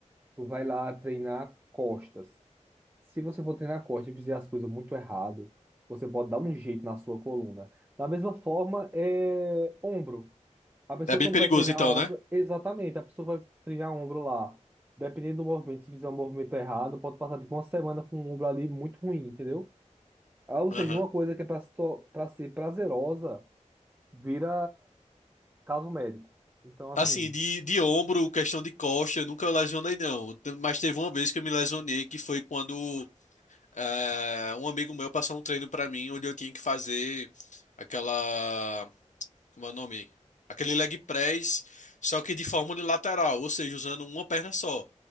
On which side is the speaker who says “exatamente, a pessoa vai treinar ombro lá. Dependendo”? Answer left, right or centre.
Right